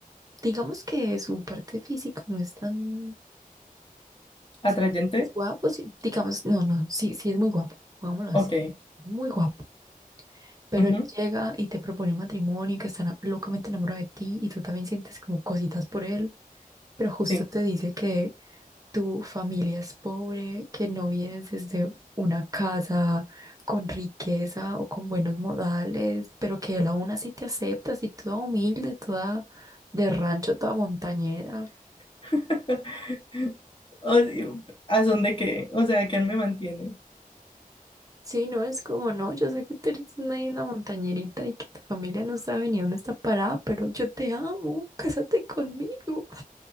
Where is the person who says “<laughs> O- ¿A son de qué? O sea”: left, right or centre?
Left